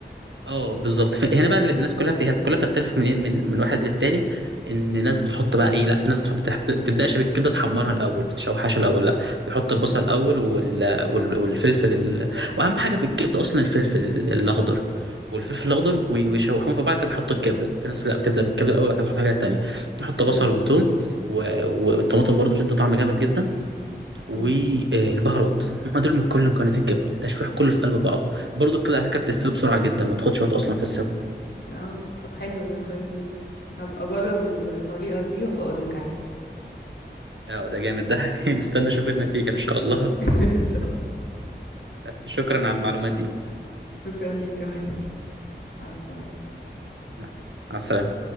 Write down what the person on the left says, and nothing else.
امم
إمم.
آه. طب حلو ده كويس جدًا. هابقى أجرّب الطريقة دي وأبقى أقول لك عليها
<laughs> إن شاء الله.
شكرًا ليك كمان. مع السلامة.